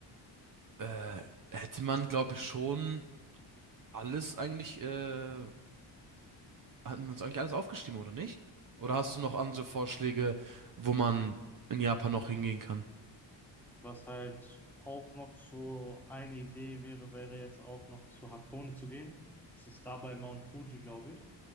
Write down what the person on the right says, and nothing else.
äh, hätte man, glaube ich, schon alles eigentlich äh, Hatten wir uns eigentlich alles aufgeschrieben, oder nicht? Oder hast du noch andere Vorschläge, wo man in Japan noch hingehen kann?